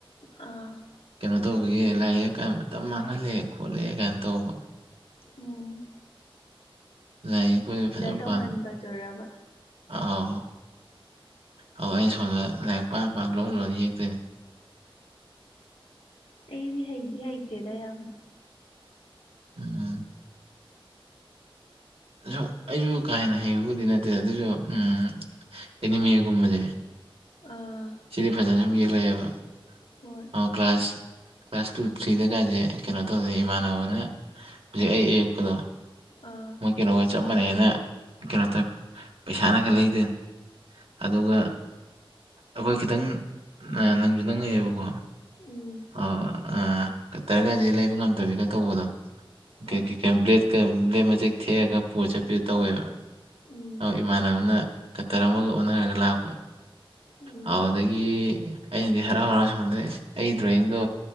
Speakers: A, on the left (about 85°); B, on the right (about 80°).
A: ꯑ <unintelligible>
B: ꯀꯩꯅꯣ ꯇꯧꯕꯒꯤ ꯂꯥꯏ ꯌꯦꯛ ꯀꯥꯏ ꯃꯇꯝ ꯃꯥꯡꯍꯜꯂꯑꯦ ꯈꯣꯠꯂꯛꯑꯦ ꯀꯥꯏꯅ ꯇꯧꯕ
A: ꯑꯣ
B: ꯂꯥꯏꯌꯦ ꯑꯩꯈꯣꯏꯁꯨ ꯐꯖꯅ
A: ꯇꯧꯍꯟꯕꯗꯨꯔꯕ
B: ꯄꯥꯝꯉꯤ ꯑ ꯑꯥꯎ ꯑꯧ ꯑꯩꯅ ꯁꯣꯝꯗ ꯂꯥꯏꯔꯤꯛ ꯄꯥꯝ ꯄꯥ ꯂꯣꯏ ꯂꯣꯏꯅ ꯌꯦꯛꯇꯣꯏꯅꯦ
A: ꯑꯩꯕꯤ ꯍꯥꯏꯗꯤ ꯍꯥꯏ ꯏꯇꯦꯗ ꯌꯥꯝꯕꯅ
B: <inaudible> ꯑ ꯑꯩꯁꯨ ꯀꯥ ꯍꯦꯟꯅ ꯍꯩꯕꯕꯨꯗꯤ ꯅꯠꯇꯦ ꯑꯗꯨꯁꯨ ꯎꯝ ꯑꯦꯅꯤꯃꯦꯒꯨꯝꯕꯁꯦ
A: ꯑꯥ
B: ꯁꯤꯗꯤ ꯐꯖꯅ ꯁꯨꯝ ꯌꯦꯛꯂꯛꯑꯦꯕ
A: ꯍꯣꯏ
B: ꯑꯣ ꯀ꯭ꯂꯥꯁ ꯀ꯭ꯂꯥꯁ ꯇꯨ ꯊ꯭ꯔꯤꯗ ꯀꯁꯦ ꯀꯩꯅꯣ ꯇꯧꯁꯦ ꯏꯃꯥꯟꯅꯕꯅ ꯍꯧꯖꯤꯛ ꯑꯩ ꯑꯦ ꯀꯗ
A: ꯑꯥ
B: ꯃꯣꯏ ꯀꯩꯅꯣꯒ ꯆꯞ ꯃꯥꯟꯅꯅ ꯀꯩꯅꯣ ꯇꯧ ꯄꯩꯁꯥꯅꯒ ꯂꯩꯗꯣꯏꯅꯤ ꯑꯗꯨꯒ ꯑꯩꯈꯣꯏ ꯈꯤꯇꯪ ꯅꯪꯁꯨ ꯅꯪꯉꯛꯑꯦꯕꯀꯣ
A: ꯎꯝ
B: ꯑꯣ ꯀꯇꯔꯒꯗꯤ ꯂꯩꯕ ꯉꯝꯗꯕꯤꯒ ꯇꯧꯕꯗꯣ
A: ꯍꯣꯏ
B: ꯀ꯭ꯂꯦꯠ ꯀ꯭ꯂ ꯃꯖꯤ ꯊꯦ ꯄꯣꯠ ꯆꯠꯄꯤꯗ ꯇꯧꯋꯦꯕ
A: ꯎꯝ
B: ꯏꯃꯥꯟꯅꯕꯅ ꯀꯇꯔ ꯑꯃꯒ ꯑꯣꯟꯅꯔꯒ ꯂꯥꯛꯄ
A: ꯎꯝ
B: ꯑꯗꯨꯗꯒꯤ ꯑꯩꯅꯗꯤ ꯍꯔꯥꯎ ꯍꯔꯥꯎ ꯁꯣꯝꯗꯗꯤ ꯑꯩ ꯗ꯭ꯔꯣꯋꯤꯡꯗꯣ